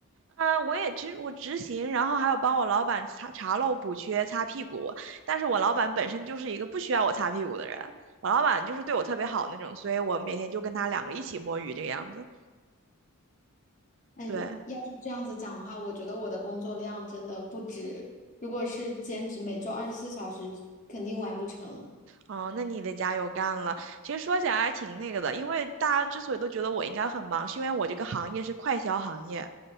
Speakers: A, on the right; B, on the left.
A: 嗯，我也其实我执行，然后还有帮我老板查查漏补缺、擦屁股。但是我老板本身就是一个不需要我擦屁股的人，我老板就是对我特别好那种，所以我每天就跟他两个一起摸鱼这个样子。
B: 嗯，
A: 对，
B: 要是这样子讲的话，我觉得我的工作量真的不止，如果是兼职，每周二十四小时，肯定完不成。
A: 哦，那你得加油干了。其实说起来还挺那个的，因为大家之所以都觉得我应该很忙，是因为我这个行业是快销行业，